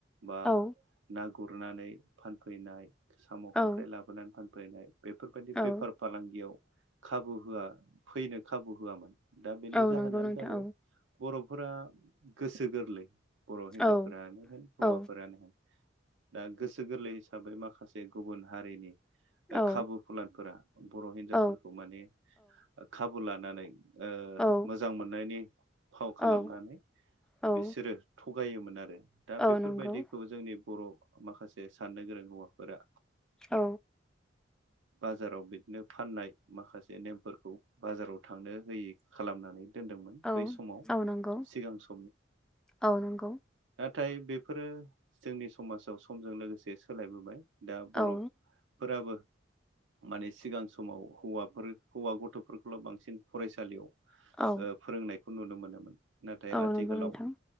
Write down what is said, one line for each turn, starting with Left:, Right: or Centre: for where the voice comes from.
Right: बा
Centre: औ
Right: गुरनानै फानफैनाय साम' खांख्राइ
Centre: औ
Right: लाबोनानै फानफैनाय बेफोरबायदि बेफार
Centre: औ
Right: फालांगियाव खाबु होआ फैनो खाबु होआमोन दा बेनि
Centre: औ
Right: जाहोनानो
Centre: नंगौ नोंथां
Right: जाबाय बर'फोरा गोसो गोरलै बर' हिनजावफोरानो
Centre: औ
Right: होन हौवाफोरानो
Centre: औ
Right: होन दा गोसो गोरलै हिसाबै माखासे गुबुन हारिनि
Centre: औ
Right: खाबु फुलानफोरा बर' हिनजावफोरखौ
Centre: औ
Right: माने खाबु लानानै
Centre: औ
Right: मोजां मोननायनि फाव खालामनानै
Centre: औ औ
Right: बिसोरो थगायोमोन आरो दा
Centre: औ
Right: बेफोरबायदिखौ
Centre: नंगौ
Right: जोंनि बर' माखासे साननो गोरों हौवाफोरा
Centre: औ
Right: औ बाजाराव बिदिनो फाननाय माखासे नेमफोरखौ बाजाराव थांनो होयि खालामनानै दोनदोंमोन
Centre: औ
Right: बै समाव
Centre: औ नंगौ
Right: सिगां सम
Centre: औ नंगौ
Right: नाथाय बेफोरो जोंनि समाजाव समजों लोगोसे सोलायबोबाय दा बर'फोराबो
Centre: औ
Right: माने सिगां समाव हौवाफोर हौवा गथ'फोरखौल' बांसिन फरायसालियाव
Centre: औ
Right: फोरोंनायखौ नुनो मोनोमोन नाथाय
Centre: औ
Right: आथिखालाव
Centre: नंगौ नोंथां